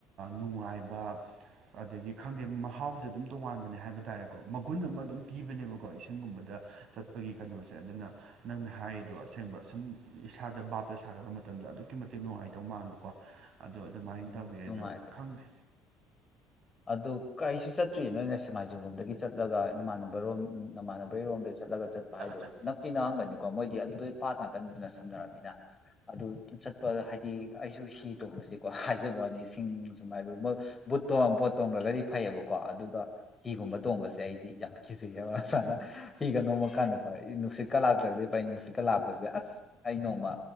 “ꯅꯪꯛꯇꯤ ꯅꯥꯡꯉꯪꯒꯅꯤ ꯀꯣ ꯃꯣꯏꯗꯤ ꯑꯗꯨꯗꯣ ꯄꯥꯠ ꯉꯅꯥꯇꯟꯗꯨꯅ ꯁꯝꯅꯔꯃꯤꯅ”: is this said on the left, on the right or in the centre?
Left